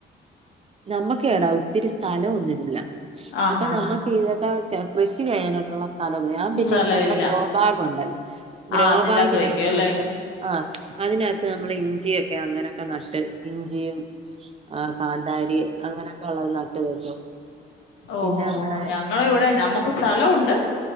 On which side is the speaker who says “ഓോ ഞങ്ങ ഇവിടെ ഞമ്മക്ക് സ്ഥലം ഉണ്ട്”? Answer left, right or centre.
Left